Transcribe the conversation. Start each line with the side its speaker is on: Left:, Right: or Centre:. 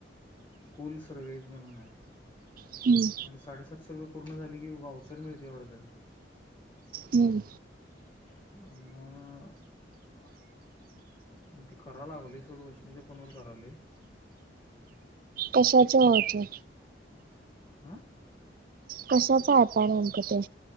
Left: कुल सर्वेज म्हणून हाय
Right: हम्म,
Left: आणि साडेसातशे रुपये पूर्ण झाले कि वाउचर मिळतय वाढत
Right: हम्म.
Left: म..... <unintelligible> म ती कराय लागलोय सोड वैष्णवीच्या फोनवर करालोय
Right: कशाच होते.
Left: हा
Right: कशाच हात पाय गरम करते.